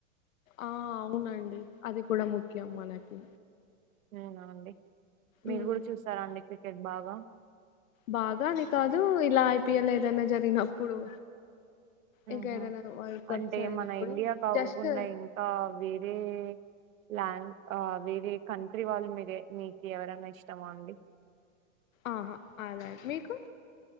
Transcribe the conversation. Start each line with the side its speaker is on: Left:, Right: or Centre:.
Left: ఆ అవునండి అది కూడా ముఖ్యం మనకి
Right: ఉ నా అండి. మీరు
Left: ఉమ్
Right: కూడా చూస్తారా అండి పే క్రికెట్ బాగా
Left: బాగా అనే కాదు ఇలా ఐపీఎల్ ఏదైనా జరిగినప్పుడు
Right: ఊహుం
Left: ఇంకా ఏదైనా వరల్డ్ కప్
Right: అంటే
Left: జరిగినప్పుడు
Right: మన ఇండియా కాకుక్
Left: జస్ట్
Right: ఉండా ఇంకా వేరే ల్యాండ్ ఆ వేరే కంట్రీ వాళ్ళు మీరే మీకు ఎవరైనా ఇష్టమ అండి
Left: ఆహా అద మీకు